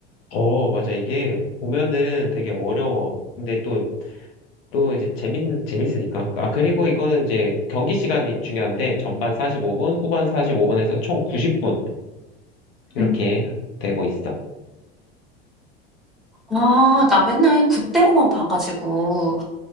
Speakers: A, on the left; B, in the centre.
A: 어, 맞아. 이게 보면은 되게 어려워. 근데 또, 또 이제 재밌, 재밌으니까. 아, 그리고 이거는 이제 경기 시간이 중요한데, 전반 45분, 후반 45분에서 총 90분. 이렇게
B: 음.
A: 되고 있어.
B: 아 나 맨날 국대로만 봐 가지고